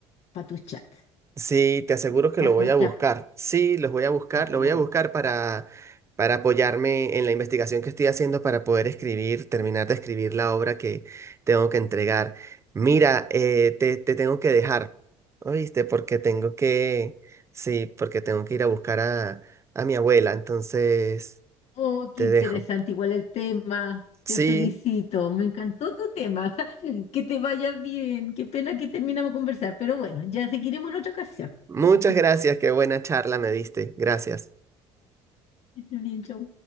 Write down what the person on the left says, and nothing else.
para tu chat,
pa-
o
sea,
para tu
robot.
Oh, qué
interesante,
igual el tema.
Te felicito, me encantó tu tema. <laughs> Que te vaya bien. Qué pena que terminamos de conversar, pero bueno, ya seguiremos en otra ocasión.
<laughs>
Que estés bien, chau.